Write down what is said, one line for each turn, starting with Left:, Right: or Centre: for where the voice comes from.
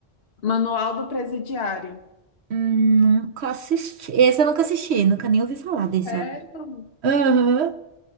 Left: Manual do Presidiário.
Right: Hum, Nunca assisti. Esse eu nunca assisti, nunca nem ouvi falar desse,
Left: Sério?
Right: ó. Aham.